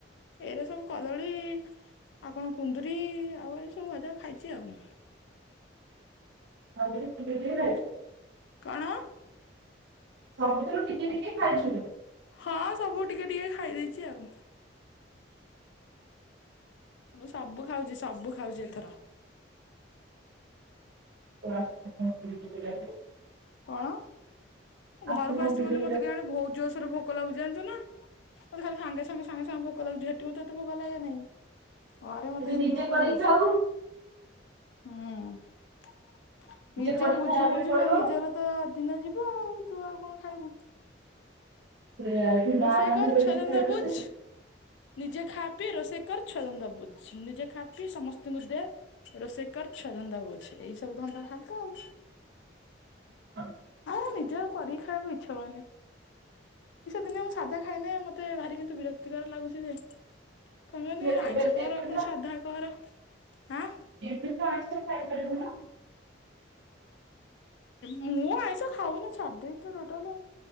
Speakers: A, on the left; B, on the right.
A: ଏରା ସବୁ କଦଳୀ ଆଉ କଣ କୁନ୍ଦୁରି ଆଉ ଏ ସବୁ ଭଜା ଖାଇଛି ଆଉ।
B: <inaudible>
A: କଣ?
B: ସବୁ ଠୁରୁ ଟିକେ ଟିକେ କେ ଖାଇଛୁ।
A: ହଁ ସବୁ ଟିକେ ଟିକେ ଖାଇ ଦେଇଛି ଆଉ। ମୁଁ ସବୁ ଖାଉଛି ସବୁ ଖାଉଛି ଏଥର।
B: <inaudible>
A: କଣ?
B: ଆସୁନୁ
A: ଘରକୁ ଆସିବ
B: ନିଜେ
A: ବଳି ମତେ ଗାଁଆରେ ବହୁତ ଜୋରସେ ଭୋକ ଲାଗୁଛି। ଜାଣିଛୁ ନା ମତେ ଖାଲି ସାଙ୍ଗେ ସାଙ୍ଗେ ସାଙ୍ଗେ ସାଙ୍ଗେ ଭୋକ ତୁମ ଝିଅଟି <inaudible> ଗଲା ୟା ନାଇଁ ଘରେ ମତେ ଏତିକି
B: ନିଜେ
A: ଭୋକ
B: କରିକି
A: ଲାଗୁଛି।
B: ଖାଉ।
A: ହୁଁ। ନିଜେ
B: କରିକି
A: ବୁଝୁ
B: ଖାଇବା ପାଇଁ
A: ବୁଝୁ
B: ପଡିବ।
A: କା ନିଜର ତ ଦିନ ଯିବୁ ତୁ ଆଉ କଣ ଖାଇବୁ?
B: ବଢିଆ ଏଠି
A: ରୋଷେଇ
B: ମାଁ ରାନ୍ଧୁଛି
A: କର ଛୁଆ ଧନ୍ଦା
B: ଖାଇ ଦେଉଛି।
A: ବୁଝ ନିଜେ ଖା ପିଇ ରୋଷେଇ କର ଛୁଆ ଧନ୍ଦା ବୁଝ ନିଜେ ଖା ପିଇ ସମସ୍ତଙ୍କୁ ଦେ ରୋଷେଇ କର ଛୁଆ ଧନ୍ଦା ବୁଝ ଏଇ ସବୁ ଧନ୍ଦା ଖାଳି ତ ଆଉ।
B: ହ।
A: ନିଜର କରିକି ଖାଇବାକୁ ଇଚ୍ଛା ହୁଏନି। ଦିନେ ମୁଁ ସାଧା ଖାଇଲେ ମତେ ଭାରି କିନ୍ତୁ ବିରକ୍ତିକାର ଲାଗୁଛି ଯେ। ତମେ ମାନେ
B: ସେ
A: ଆଇଁଷ
B: ଏବେ
A: କର
B: ଏବେ
A: ପୁଣି
B: ତ
A: ସାଧା କର। ହାଁ
B: ଏବେ ତୋ ଆଇଁଷ ଖାଇ ପାରିବୁ ନା।
A: ମୁଁ ଆଇଁଷ ଖାଉନି ଛାଡି ଦେଇଛି ତ ଟୋଟାଲ